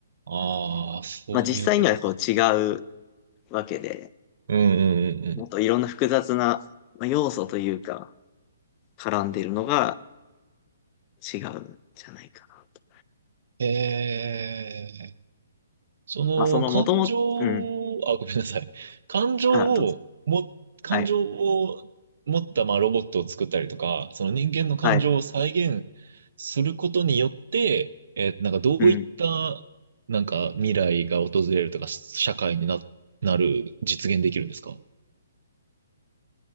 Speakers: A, on the right; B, on the left.
A: ああ、そういうことか。
B: まあ実際にはこう違うわけで、
A: うんうんうんうん。
B: もっといろんな複雑なまあ要素というか、絡んでいるのが違うんじゃないかなと。
A: へえ。その感情を、
B: まあそのもともうん。
A: あ、ごめんなさい。<laughs> 感情をも、
B: あ、どうぞ。
A: 感情を持ったまあロボットを作ったりとか、
B: はい。
A: その人間の感情を再現することによって、
B: はい。
A: えーなんかどういったなんか未来が訪れるとか、
B: うん。
A: し社会にな、なる、実現できるんですか